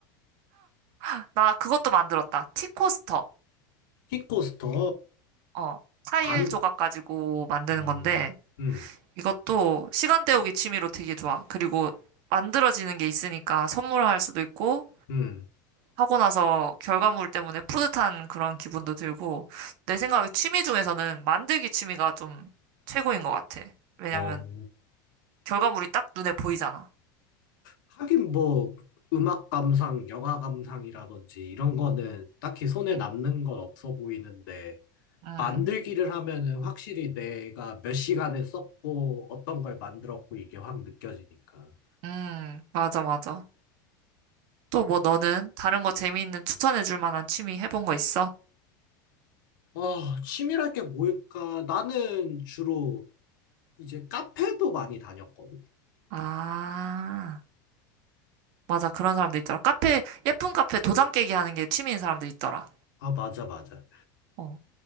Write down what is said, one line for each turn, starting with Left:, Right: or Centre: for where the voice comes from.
Right: <laughs> 나 그것도 만들었다. 티코스터.
Left: 킥코스터,
Right: 어, 타일
Left: 반,
Right: 조각 가지고 만드는
Left: 음,
Right: 건데.
Left: 음,
Right: 이것도 시간 때우기 취미로 되게 좋아. 그리고 만들어지는 게 있으니까 선물할 수도 있고,
Left: 음,
Right: 하고 나서 결과물 때문에 뿌듯한 그런 기분도 들고, 내 생각에 취미 중에서는 만들기 취미가 좀 최고인 것 같아. 왜냐면
Left: 어.
Right: 결과물이 딱 눈에 보이잖아.
Left: 하긴 뭐 음악 감상, 영화 감상이라든지 이런 거는 딱히 손에
Right: 응,
Left: 남는 건 없어 보이는데
Right: 응,
Left: 만들기를 하면은 확실히 내가 몇 시간을 썼고 어떤 걸 만들었고 이게 확 느껴지니까.
Right: 응, 맞아, 맞아. 또 뭐 너는 다른 거 재미있는 추천해줄 만한 취미 해본 거 있어?
Left: 아, 취미랄 게 뭘까? 나는 주로 이제 카페도 많이 다녔거든.
Right: 아, 맞아. 그런 사람들 있더라. 카페, 예쁜 카페 도장 깨기 하는 게 취미인 사람들 있더라.
Left: 아, 맞아, 맞아.
Right: 어.